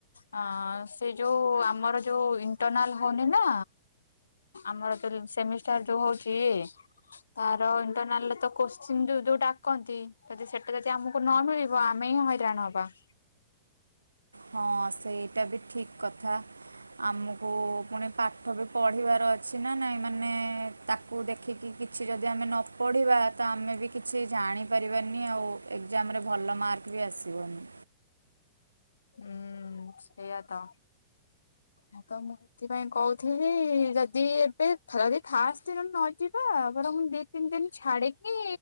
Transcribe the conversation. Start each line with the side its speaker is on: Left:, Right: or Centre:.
Left: ହ ସେ ଯୋଉ ଆମର ଯୋଉ ଇଣ୍ଟରନାଲ ହଉନି ନା ଆମର ସେମିଷ୍ଟାର ଯୋଉ ହଉଛି ତାର ଇଣ୍ଟରନାଲରେ ତ କୋଶ୍ଚିନ୍ ଯଉ ଯୋଉ ଡାକନ୍ତି ଯଦି ସେଟା ଯଦି ଆମକୁ ନ ମିଳିବ ଆମେ ହିଁ ହଇରାଣ ହବା।
Right: ହଁ ସେଇଟା ବି ଠିକ୍। କଥା ଆମକୁ ପୁଣି ପାଠ ବି ପଢିବାର ଅଛି ନା ନାଇଁ। ମାନେ ତାକୁ ଦେଖିକି କିଛି ଯଦି ଆମେ ନ ପଢ଼ିବା ତ ଆମେ ବି କିଛି ଜାଣିପାରିବାନି ଆଉ। ଏକ୍ଜାମରେ ଭଲ ମାର୍କ ବି ଆସିବନି।
Left: ହୁଁ ସେଇଆ ତ। ଆ କ ମୁ ସେଥିପାଇଁ କହୁଥିଲି ଯଦି ଏବେଥ ଯଦି ଫାଷ୍ଟ ନ ଯିବା ବର୍ ମୁ। ତିନି ଦିନ ଛାଡିକି